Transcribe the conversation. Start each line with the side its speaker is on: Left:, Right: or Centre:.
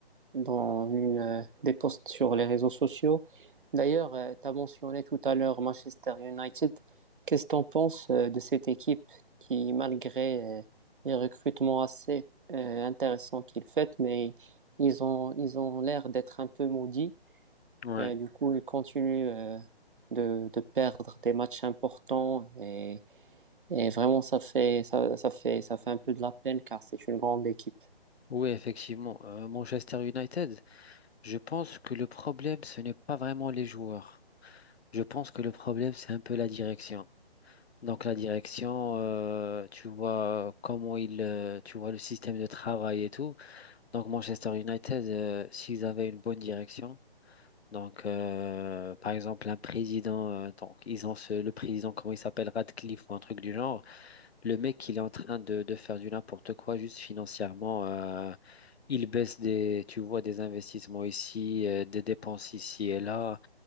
Right: dans une, euh, des posts sur les réseaux sociaux. D'ailleurs, euh, tu as mentionné tout à l'heure Manchester United. Qu'est-ce que tu en penses euh, de cette équipe qui, malgré euh, les recrutements assez euh, intéressants qu'ils font, mais ils ont, ils ont l'air d'être un peu maudits.
Left: Ouais.
Right: Euh, du coup, ils continuent euh, de, de, perdre des matchs importants et, et vraiment, ça fait, ça, ça, fait, ça fait un peu de la peine car c'est une grande équipe.
Left: Oui, effectivement. Euh, Manchester United, je pense que le problème, ce n'est pas vraiment les joueurs. Je pense que le problème, c'est un peu la direction. Donc la direction, euh, tu vois euh, comment il, euh, tu vois le système de travail et tout. Donc Manchester United, euh, s'ils avaient une bonne direction, donc euh, par exemple un président, euh, donc ils ont ce- le président, comment il s'appelle, Radcliffe ou un truc du genre, le mec il est en train de, de faire du n'importe quoi juste financièrement, euh, il baisse des, tu vois, des investissements ici, euh, des dépenses ici et là,